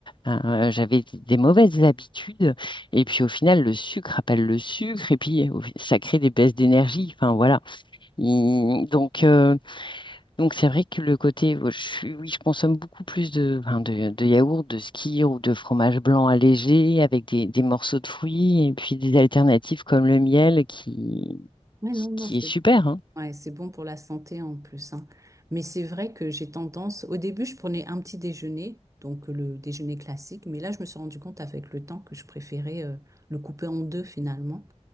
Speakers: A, on the left (about 40°); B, on the right (about 25°).
A: euh, j'avais des mauvaises habitudes. Et puis au final, le sucre appelle le sucre et puis au fi- ça crée des baisses d'énergie. Enfin voilà. Il- donc, euh, donc c'est vrai que le côté, oh, je suis- oui, je consomme beaucoup plus de, enfin, de, de yaourt, de skyr ou de fromage blanc allégé avec des, des morceaux de fruits et puis des alternatives comme le miel qui,
B: Mais
A: qui,
B: non, non,
A: qui
B: c'est
A: est super, hein.
B: Ouais, c'est bon pour la santé en plus, hein. Mais c'est vrai que j'ai tendance, au début, je prenais un petit déjeuner, donc euh, le déjeuner classique, mais là, je me suis rendu compte avec le temps que je préférais euh, le couper en deux finalement,